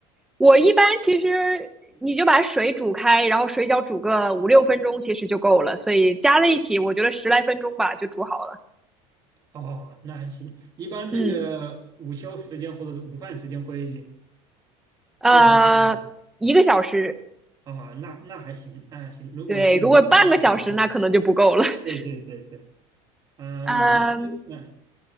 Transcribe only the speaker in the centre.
我一般其实你就把水煮开，然后水饺煮个五六分钟，其实就够了，所以加在一起，我觉得十来分钟吧就煮好了。
嗯，呃，
一个小时，
对，如果半个小时那可能就不够了。<laughs>
嗯，